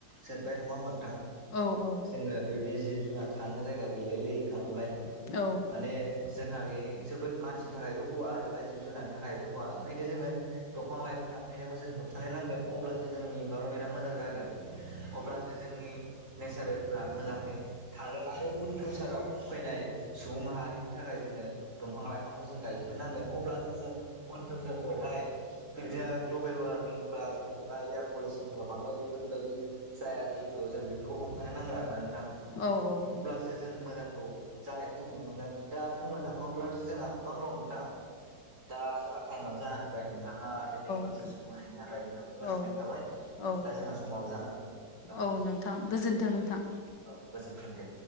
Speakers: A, on the right; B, on the left.
A: जोबबाय नङा होमबा नोंथां?
B: औ औ
A: जोङो बेबादिनो जिब जुनार थानो जायगा गैलाय लायै खालामबाय
B: औ
A: माने जोंहा बे जोबोद मानसिनि थाखायबो खहा एबा जिब जुनारनि थाखायबो खहा ओंखायनो जोङो दंफां लाइफां दान फायनायखौ जों होबथानो नांगोन अब्लासो जोंनि इनभारमेन्टआ मोजां जागोन अब्लासो जोंनि नेचारेलफ्रा मोजाङै थागोन आरो उन फिउचाराव फैनाय सुबुं माहारिनि थाखाय जोङो दंफां लाइफांखौ जों गायफिननो नांगोन अब्लासो जों अन्थस'खौहाय जों बिदिनो ग्लबेल वार्मिंफ्रा जोंनि एबा एयार पलिउसनफ्रा बांद्राय बेफोरबायदि जाया जिहेतु जों बेफ फोरखौ हमथानो नांगोन आरो ना नोंथां
B: औ औ
A: जे जों मोजांखौ जानायखौ जों नुनो मोनगोन दा बुंनो थाङोब्लासो जोंहा गोबांल' दा दा जोंहा टाइमाबो जाना होबाय नोंथाङा दे जोंङा दासो
B: औ
A: सम होनायनि थाखाय नोंथां गोजोननाय
B: औ औ
A: थाबाय
B: औ
A: दा जोंहा समाबो जानानै फैबाय।
B: औ नोंथां गोजोन्थों नोंथां।
A: औ गोजोनथों दे